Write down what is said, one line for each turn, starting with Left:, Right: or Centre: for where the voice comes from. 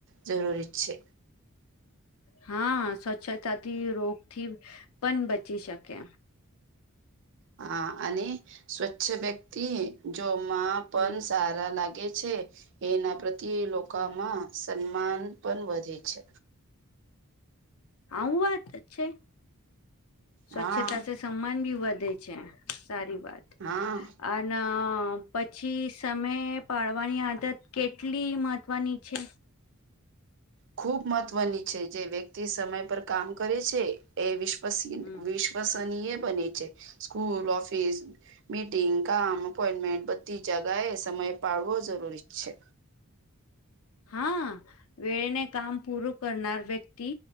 Right: જરૂરી છે.
Left: હા સ્વચ્છતાથી રોગથી પન બચી શકે.
Right: હા અને સ્વચ્છ વ્યક્તિ જો માં પન
Left: હમ
Right: સારા લાગે છે. એના પ્રત્યે લોકામાં
Left: હમ
Right: સન્માન પન વધે છે.
Left: આવું વાત છે, સ્વચ્છતા
Right: હા
Left: સે સમ્માન બી વધે છે સારી વાત.
Right: હા
Left: અન પછી સમય પાડવાની આદત કેટલી મહત્ત્વની છે?
Right: ખૂબ મહત્વની છે. જે વ્યક્તિ સમય પર કામ કરે છે એ વિશ્વસનીય
Left: હમ
Right: વિશ શવસનીય બને છે સ્કૂલ ઓફિસ મીટિંગ કામ અપોઈન્ટમેન્ટ બધી જગા એ સમય પાડવો જરૂરી છે.
Left: હા વેને કામ પૂરું કરનાર વ્યક્તિ